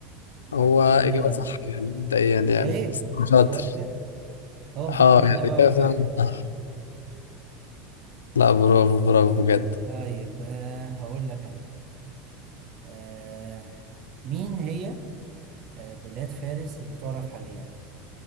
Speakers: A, on the right; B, on the left.
A: وبعد
B: هو
A: كده
B: إجابة صح يعني مبدئيا يعني
A: عيب
B: بس
A: مش
B: انت شاطر
A: قلت هو محمد
B: اه
A: نجيب
B: يعني إجابة
A: أول واحد
B: فعلا صح
A: يعني
B: لا برافو برافو بجد
A: طيب آه هقول لك أنا آه مين هي آه، بلاد فارس اللي تعرف حاليا